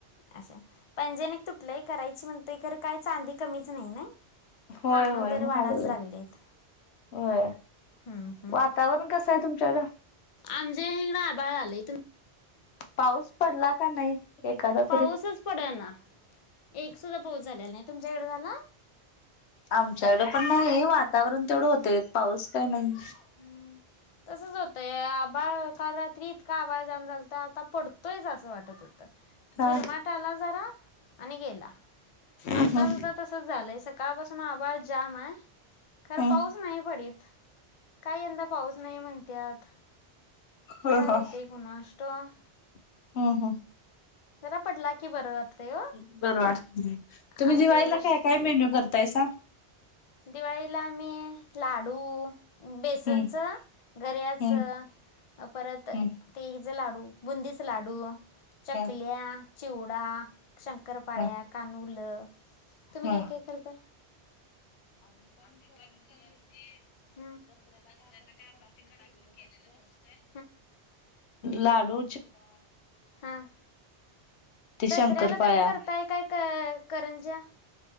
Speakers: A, on the left; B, on the left.
A: असं पैंजण एक तुटलंय करायची म्हणत काय चांदी कमीच नाही.
B: होय
A: नाव नाव
B: होय
A: दर
B: महागले.
A: वाढाच लागलेत
B: होय
A: हम्म हम्म
B: वातावरण कसं आहे तुमच्याकड?
A: आमच्या इकडे आभाळ आलय तु
B: पाऊस पडला का नाही? एखादा
A: पाऊसच
B: तरी
A: पडना. एक सुद्धा पाऊस झालेला नाही तुमच्याकडे झाला.
B: आमच्याकडे पण नाही वातावरण तेवढं होत पाऊस काही नाही.
A: हम् तसच होतय आबाळ काल रात्री इतका आबाळ जाम झाला तर आता पडतोयच असं वाटत होत.
B: हा
A: झिरमाट आला जरा आणि गेला
B: हम्म
A: आता सुद्धा तस झालंय सकाळ पासून आभज जाम आहे- खर
B: हम्म
A: पाऊस नाही पडीत. काय यंदा पाऊस नाही म्हणतत
B: ह
A: काय
B: ह
A: होते कुणास ठाऊक.
B: <inaudible>
A: जरा पडला कि बरं वाते
B: हम्म बरं वाटत तुम्ही
A: आमच्या
B: दिवाळीला
A: इडे
B: काय काय मेन्यू करतायसा
A: दिवाळीला आम्ही लाडू बेसनच
B: हम्म
A: गऱ्याच
B: हम्म
A: परत
B: हम्म
A: ते लाडू, बुंदीचे लाडू <inaudible> चूडा
B: ह
A: शंकर पाळ्या
B: ह
A: कानूल तुम्ही
B: ह
A: काय काय करताय. आम्ही पण खरंजी दसऱ्याला काय आपण ते कडाकणी केलेलंच असतय.
B: लाड. <inaudible>
A: हा. दसऱ्याला
B: शंकरपाळ्या
A: तुम्ही करताय काय करंज्या